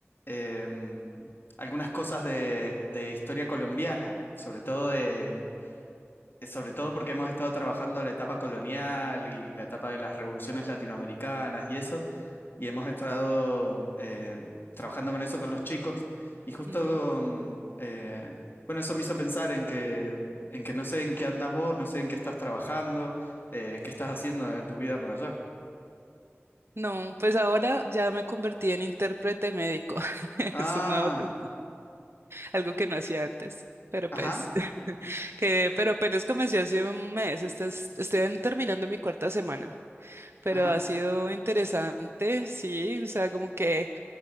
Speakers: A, on the left; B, on the right.
A: em, algunas cosas de, de historia colombiana, sobre todo de, sobre todo porque hemos estado trabajando la etapa colonial y la etapa de las revoluciones latinoamericanas y eso y hemos estado eh, trabajando con eso con los chicos y justo,
B: ujú.
A: mm, eh, bueno, eso me hizo pensar en que, en que no sé en qué andas vos, no sé en qué estás trabajando, eh, qué estás haciendo de tu vida por allá.
B: No, pues ahora ya me convertí en intérprete médico. <laughs>
A: Ah,
B: Es un nuevo, tra- algo que no hacía antes. Pero
A: ajá,
B: pues, <laughs> que, pero apenas comencé hace un mes. Este es- estoy en- terminando mi cuarta semana. Pero
A: ajá,
B: ha sido interesante, sí. O sea, como que